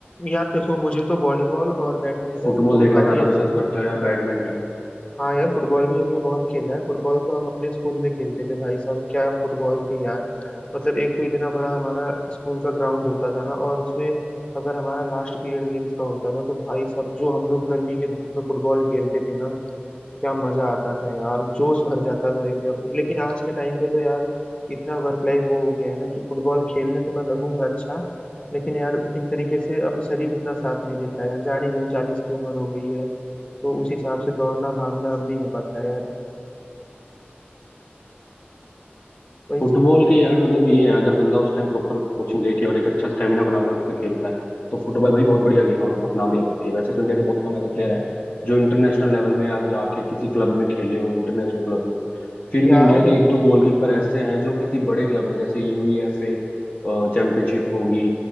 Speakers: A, on the left; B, on the left.
A: यार देखो मुझे तो वॉलीबॉल और बैडमिंटन
B: फुटबॉल
A: दो
B: देखना
A: काफी
B: ज्यादा
A: अच्छे
B: पसंद
A: से
B: करते हो या बैडमिंटन
A: हाँ यार फुटबॉल भी हमने बहुत खेला है फुटबॉल तो हम अपने स्कूल में खेलते थे भाई साहब क्या फुटबॉल थी यार मतलब एक तो इतना बड़ा हमारा स्कूल का ग्राउंड होता था ना और उसमें अगर हमारा लास्ट पीरियड गेम्स का होता था तो भाई साहब जो हम लोग गर्मी के धूप में फुटबॉल खेलते थे ना क्या मजा आता था यार जोश भर जाता था एकदम लेकिन आज के टाइम पे तो यार इतना वर्क लाइफ वो हो गया है ना कि फुटबॉल खेलने तो मैं लगूंगा अच्छा लेकिन यार एक तरीके से अब शरीर उतना साथ नहीं देता यार जान ही रहे हो चालीस की उम्र हो गई है तो उस हिसाब से दौड़ना भागना अब नहीं हो पाता है यार वही
B: फुटबॉल
A: चीज है भाई
B: की यार मतलब ये है अगर बंदा उस टाइम प्रॉपर कोचिंग लेके और एक अच्छा स्टेमिना बनाकर उस पर खेलता है तो फुटबॉल भाई बहुत बढ़िया गेम है और बहुत नाम भी लगाती है वैसे तो इंडिया के बहुत कम ऐसे प्लेयर हैं जो इंटरनेशनल लेवल में या जाके किसी क्लब में खेले हो इंटरनेशनल क्लब में फिर
A: यार
B: भी इंडिया के एक दो गोलकीपर ऐसे हैं जो किसी बड़े क्लब में जैसे यूईएफए चैंपियनशिप होगी